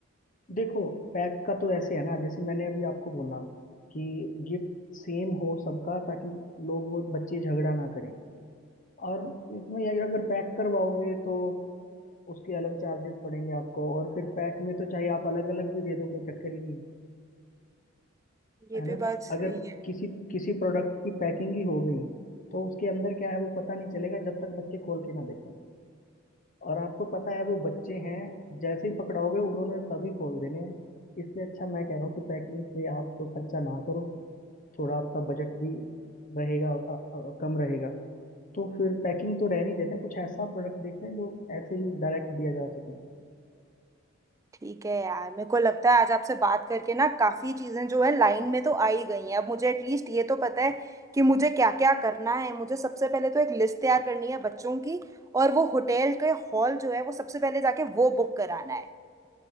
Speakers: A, on the left (about 40°); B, on the right (about 15°).
A: देखो पैक का तो ऐसे है ना जैसे मैंने अभी आपको बोला कि गिफ्ट सेम हो सबका ताकि लोग वो बच्चे झगड़ा ना करें और इसमें यह है कि अगर पैक करवाओगे तो उसके अलग चार्जेस पड़ेंगे आपको और फिर पैक में तो चाहे आप अलग अलग भी दे दो कोई चक्कर ही नहीं है
B: ये
A: है
B: भी
A: ना
B: बात सही
A: अगर
B: है
A: किसी किसी प्रोडक्ट की पैकिंग ही हो गई तो उसके अंदर क्या है वो पता नहीं चलेगा जब तक बच्चे खोल के ना देखें और आपको पता है वो बच्चे हैं जैसे ही पकड़ाओगे उन्होंने तभी खोल देने हैं इससे अच्छा मैं कह रहा हूँ कि पैकिंग पे आप तो खर्चा ना करो थोड़ा आपका बजट भी रहेगा अ, अ, कम रहेगा तो फिर पैकिंग तो रहने ही देते हैं कुछ ऐसा प्रोडक्ट देखते हैं जो ऐसे ही डायरेक्ट दिया जा सके
B: ठीक है यार मेरे को लगता है आज आपसे बात करके ना काफ़ी चीज़ें जो है लाइन में तो आ ही गई हैं अब मुझे एटलीस्ट ये तो पता है कि मुझे क्या क्या करना है मुझे सबसे पहले तो एक लिस्ट तैयार करनी है बच्चों की और वो होटल के हॉल जो है वो सबसे पहले जाके वो बुक कराना है